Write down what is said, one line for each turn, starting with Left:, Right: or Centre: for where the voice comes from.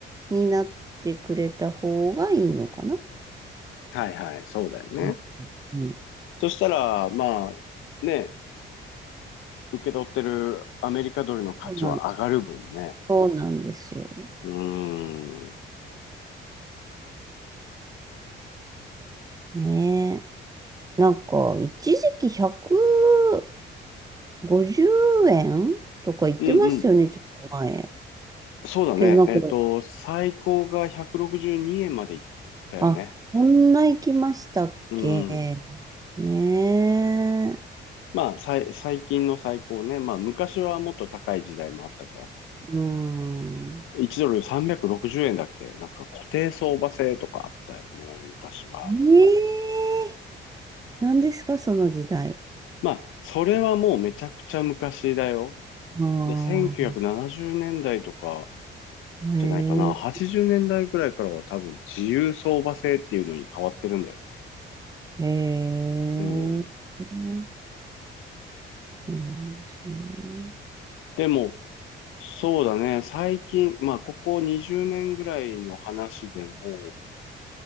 Right: になってくれた方がいいのかな。
Left: はいはい。そうだよね。
Right: うんうん
Left: そしたら、まあ、ね、受け取ってるアメリカドルの価値は上がるもんね。
Right: そうなんです。そうなんですよ。
Left: うーん。うん
Right: ねえ。なんか、一時期150円とか言ってましたよね、
Left: うん。
Right: ちょっと前。
Left: そうだね。
Right: けどなんか、
Left: えっと、最高が162円までいったよね。
Right: あ、そんな行きましたっけ。
Left: うん。
Right: ね
Left: まあ、さい、最近の最高ね。まあ、昔はもっと高い時代もあったからさ。
Right: え。うん。
Left: 1ドル360円だっけなんか固定相場制とかあったよね、昔は。
Right: ええ。何ですか、その時代。
Left: まあ、それはもうめちゃくちゃ昔だよ。
Right: ああ。
Left: で、1970年代とか
Right: へえ
Left: じゃないかな。80年代ぐらいからは多分自由相場制っていうのに変わってるんだよ。
Right: へ
Left: うん。
Right: えそうなんですね。
Left: でも、そうだね。最近、まあ、ここ20年ぐらいの話でも、